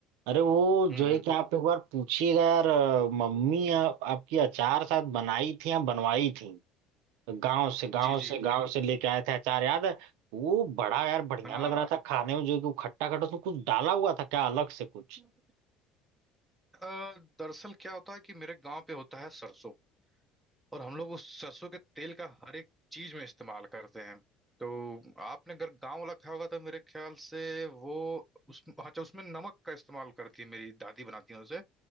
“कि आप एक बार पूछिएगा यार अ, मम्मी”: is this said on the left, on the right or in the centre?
Right